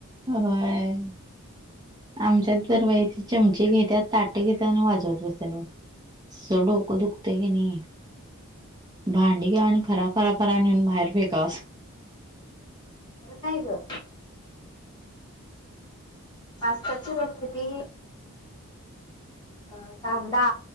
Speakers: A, on the right; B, on the left.
A: होय! आमच्यात तर बाई ते चमचे घेत्या ताट घेत्या, आणि वाजवत बसत्यात ओ. असडोक दुखते की नही. भांडी घ्याव आणि फरा, फरा, फरा नेऊन बाहेर फेकाआस.
B: तर काय गं. पासत्या ची रेसिपी? अ कांदा,